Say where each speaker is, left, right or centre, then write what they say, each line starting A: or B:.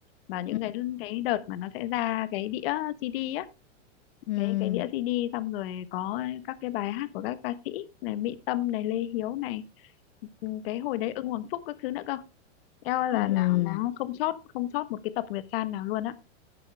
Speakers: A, on the left (about 50°); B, on the left (about 65°).
A: mà những
B: ừ
A: cái cái đợt mà nó sẽ ra cái đĩa CD
B: ừ
A: cái cái đĩa CD xong rồi có các cái bài hát của các ca sĩ này Mỹ Tâm này Lê Hiếu này ừ, cái hồi đấy Ưng Hoàng Phúc các thứ nữa cơ eo
B: ừ
A: là
B: ừ
A: là là không sót không sót một cái tập Nguyệt San nào luôn á